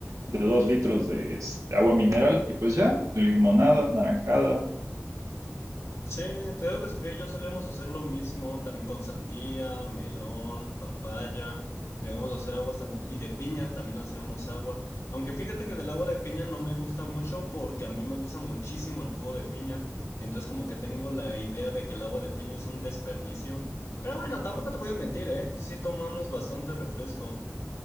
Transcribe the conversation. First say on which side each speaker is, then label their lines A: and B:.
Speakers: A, on the right (about 80°); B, on the left (about 65°).
A: de dos litros de este, agua mineral y pues ya, limonada, naranjada,
B: Sí, te digo que Sofía y yo solíamos hacer lo mismo, también con sandía, melón, papaya, llegamos a hacer aguas también, y de piña también hacíamos agua, aunque fíjate que del agua de piña no me gusta mucho porque a mí me gusta muchísimo el jugo de piña, entonces como que tengo la idea de que el agua de piña es un desperdicio, pero bueno, tampoco te voy a mentir, ¿eh? Sí tomamos bastante refresco.